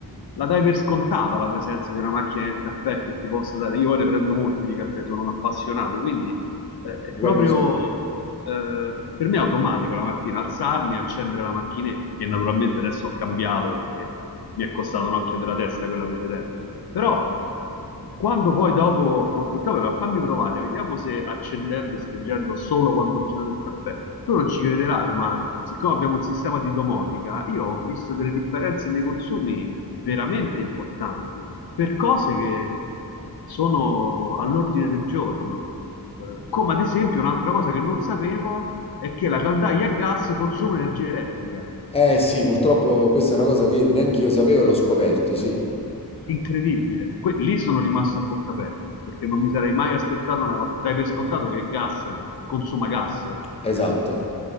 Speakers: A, on the left; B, on the left.
A: la dai per scontata la presenza di una macchina del caffè che ti possa dare. Io poi ne prendo molti di caffè, sono un appassionato, quindi eh, è
B: ti
A: proprio
B: capisco.
A: eh, per me è automatico la mattina alzarmi e accendere la macchinetta, che naturalmente adesso ho cambiato perché mi è costato un occhio della testa quella precedente. Però quando poi dopo ho detto, "Vabbè, ma fammi provare, vediamo se accendendo e spengendo solo quando facendo del caffè. Tu non ci crederai, ma siccome abbiamo un sistema di domotica, io ho visto delle differenze nei consumi veramente importanti per cose che sono all'ordine del giorno. Eh, come ad esempio, un'altra cosa che non sapevo è che la caldaia a gas consuma energia elettrica.
B: Eh sì, purtroppo questa è una cosa che io neanche io sapevo e l'ho scoperto, sì,
A: Incredibile. Que- lì sono rimasto a bocca aperta perché non mi sarei mai aspettato una cosa. Dai per scontato che il gas consuma gas.
B: esatto.